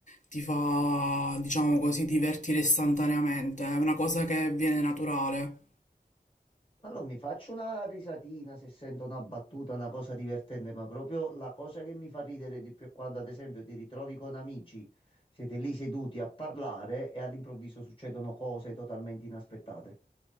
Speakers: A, on the left; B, on the left.
A: ti fa, diciamo così, divertire istantaneamente, è una cosa che viene naturale.
B: Allora mi faccio una risatina se sento una battuta, una cosa divertente, ma proprio la cosa che mi fa ridere di più è quando, ad esempio, ti ritrovi con amici, siete lì seduti a parlare e all'improvviso succedono cose totalmente inaspettate.